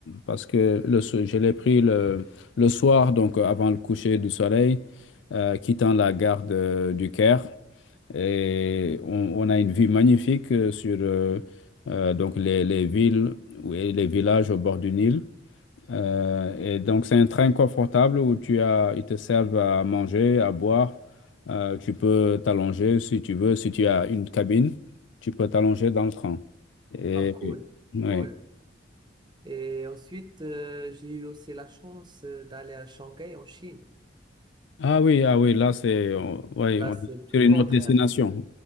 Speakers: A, on the left; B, on the right.
A: parce que le, so- je l'ai pris le, le soir, donc euh, avant le coucher du soleil, euh, quittant la gare de- du Caire. Et on, on a une vue magnifique euh, sur euh, euh, donc les, les villes et les villages au bord du Nil. Euh, et donc, c'est un train confortable où tu as, ils te servent à manger, à boire. Euh, tu peux t'allonger si tu veux. Si tu as une cabine, tu peux t'allonger dans le train. Et,
B: Ah, cool,
A: et- ouais.
B: cool. Et ensuite, euh, j'ai eu aussi la chance euh, d'aller à Shanghai, en Chine.
A: Ah oui, ah oui, là, c'est, on- ouais,
B: Là,
A: on
B: c'est
A: est
B: tout
A: sur
B: le
A: une
B: contraire.
A: autre destination.